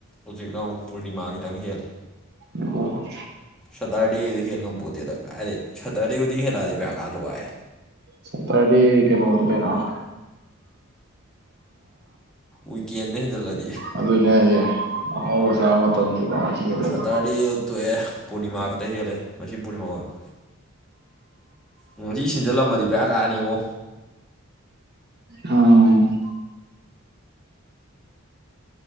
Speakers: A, in the centre; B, on the right.
A: ꯍꯧꯖꯤꯛꯅ ꯑꯃꯨꯛ ꯄꯨꯔꯅꯤꯃꯥ ꯈꯤꯇꯪ ꯍꯦꯜꯂꯦ
B: ꯑꯣ
A: ꯁꯇꯔꯗꯦꯗ ꯍꯦꯟꯉꯝꯄꯣꯠꯇꯦꯗ ꯀꯥꯏꯗꯩ ꯁꯇꯔꯗꯦ ꯈꯨꯗꯤꯡ ꯍꯦꯜꯂꯛꯑꯗꯤ ꯕ‌ꯦꯔꯥ ꯀꯥꯗ꯭ꯔꯣ ꯚꯥꯏ
B: ꯁꯇꯔꯗ‌ꯦ ꯀꯩꯅꯣꯅꯤ ꯀꯩꯅ‌ꯣ
A: ꯋꯤꯛꯀꯦꯟꯗꯩ ꯍ‌ꯦꯟꯖꯜꯂꯛ
B: ꯑꯗꯨꯅꯦꯁꯦ <unintelligible> ꯇꯪꯒꯤ ꯑꯃꯥꯏ ꯍꯦꯜꯂꯗꯤ
A: ꯁꯇꯔꯗꯦ ꯇꯣꯛꯑꯦ ꯄꯨꯔꯅꯤꯃꯥ ꯈꯛꯇ ꯍꯦꯜꯂꯦ ꯉꯁꯤ ꯄꯨꯔꯅꯤꯃꯥ ꯑꯣꯏꯕ ꯎ ꯉꯁꯤ ꯁꯤꯟꯖꯜꯂꯝꯃꯗꯤ ꯕ‌ꯦꯔꯥ ꯀꯥꯅꯤꯉ‌ꯣ
B: ꯑꯣ